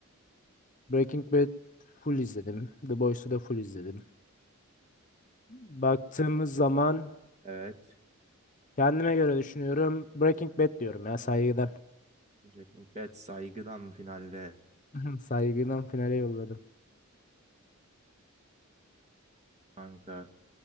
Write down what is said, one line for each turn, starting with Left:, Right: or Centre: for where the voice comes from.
Left: Breaking Bad full izledim. The Boys'u da full izledim. Baktığımız zaman
Right: Evet.
Left: kendime göre düşünüyorum. Breaking Bad diyorum ya saygıdan.
Right: Breaking Bad saygıdan finalde
Left: <laughs> Saygıdan finale yolladım.
Right: kanka.